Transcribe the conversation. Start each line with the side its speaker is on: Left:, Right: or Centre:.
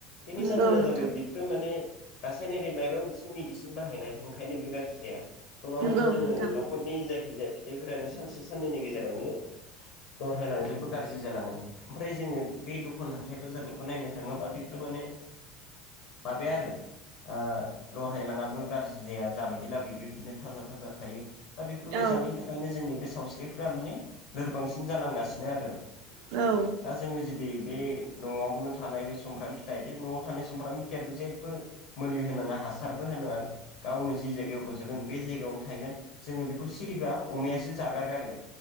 Left: बेनि
Right: नंगौ
Left: जाहोना
Right: नोंथां
Left: जाबाय बेफोरो माने रासायनारि माबेबा मोनसे मेडिसिन बाहायनाय ओंखायनो बे गाज्रि जाया नङाबाथ
Right: नंगौ
Left: जोङो
Right: नोंथां
Left: नखरनि जायखिजाया फिथाइफोरानो सानसे साननैनि गेजेरावनो दरहायलांजोबो गाज्रि जालाङो ओमफ्राय जोङो बे दखान हाथाय बाजारनिखौ नायनो थाङोबा बेफोर मा ने माबाया आरो ओ लरहायलाङाबो गाज्रि जाया जाबायदि लाबोयो बे बिदिनो थाजा थाजा थायो दा बेफोरखौ
Right: औ
Left: जानायनि थाखायनो जोंनि बे सावस्रिफोरा माने लोरबांसिन जालांगासिनो आरो
Right: औ
Left: दा जोङो जुदि बे नआवनो थानाय बे सुमफ्राम फिथाइ बे नआव थानाय सुमफ्राम फिथाइयाथ जेबो मुलि होनाङा हासारबो होनाङा गावनो जि जायगायाव रजगोन बे जाय गावनो थाइगोन जोङो बेखौ सिरिबा अमायासो जागारगारो।